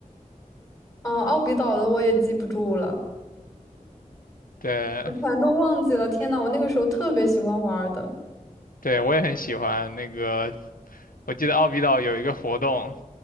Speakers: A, on the left; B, on the left.
A: <laughs> 嗯，奥比岛的我也记不住了，
B: 对，
A: 我全都忘记了。天呐，我那个时候特别喜欢玩儿的。
B: 对，我也很喜欢那个。我记得奥比岛有一个活动，